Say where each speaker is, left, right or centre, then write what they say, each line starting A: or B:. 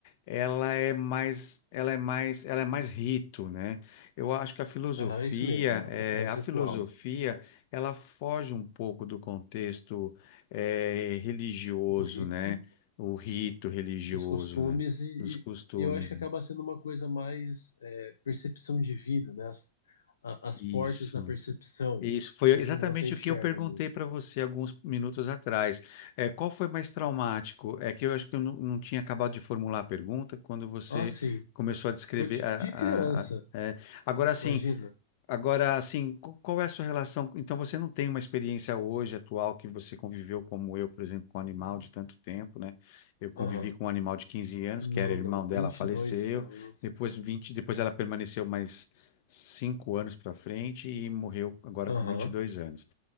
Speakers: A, on the left; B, on the left.
A: ela é mais, ela é mais, ela é mais rito, né? Eu acho que a filosofia,
B: Aham, isso mesmo, é um
A: eh,
B: pouco mais
A: a
B: ritual.
A: filosofia, ela foge um pouco do contexto, eh, religioso,
B: Do rito
A: né? O rito religioso,
B: dos costumes
A: né?
B: e,
A: Dos costumes.
B: e eu acho que
A: né?
B: acaba sendo uma coisa mais é, percepção de vida, né? As, a- as
A: Isso.
B: portas da percepção
A: Isso foi exatamente
B: de como você enxerga
A: o que eu perguntei
B: o mundo.
A: para você alguns minutos atrás. É, qual foi mais traumático? É que eu acho que eu não, não tinha acabado de formular a pergunta quando você
B: Ah, sim,
A: começou a descrever.
B: foi de,
A: A,
B: de
A: a-
B: criança,
A: a- é. Agora, assim,
B: imagina.
A: Agora, assim, qu- qual é a sua relação? Então, você não tem uma experiência hoje atual que você conviveu como eu, por exemplo, com um animal de tanto tempo, né? Eu convivi
B: Aham.
A: com um animal de 15 anos,
B: Não,
A: que era irmão
B: não, 22
A: dela, faleceu.
B: anos.
A: Depois 20 depois ela permaneceu mais 5 anos para frente e morreu agora
B: Aham.
A: com vinte e dois anos.